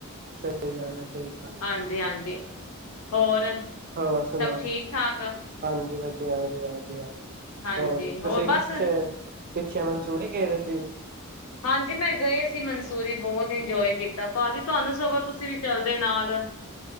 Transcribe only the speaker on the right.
ਸਹੀ ਗੱਲ ਹੈ ਸਹੀ ਗ
ਹੋਰ ਸੁਣਾਓ,
ਹਾਂਜੀ ਵਧੀਆ। ਯ ਜ ਯ ਯ <inaudible>
ਹੋਰ, ਤੁਸੀਂ ਪਿੱਛੇ
-ਪਿੱਛੇ ਤੂੰ ਨਹੀਂ ਕਹਿ ਸੀ